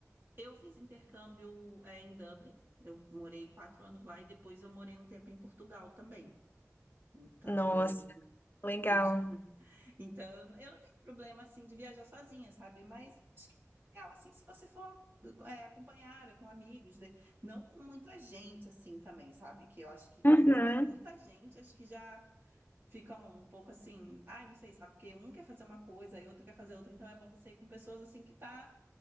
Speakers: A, on the right; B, on the left.
A: Eu fiz intercâmbio é, em Dublin. Eu morei quatro anos lá e depois eu morei um tempo em Portugal também. Então
B: Nossa,
A: eu
B: legal.
A: Eu já. <laughs> Então, eu não eu não tenho problema assim de viajar sozinha, sabe? Mas acho que é legal assim se você for é, acompanhada com amigos, né? Não com muita gente assim também, sabe? Que eu acho que quando
B: Uhum.
A: vai muita gente, acho que já fica um pouco assim, ai, não sei, sabe? Porque um quer fazer uma coisa, e outro quer fazer outra, então é bom você ir com pessoas assim que tá